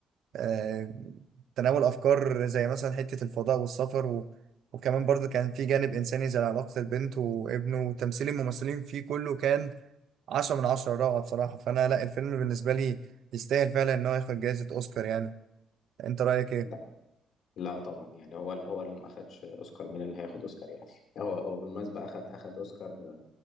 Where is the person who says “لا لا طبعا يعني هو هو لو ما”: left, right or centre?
Left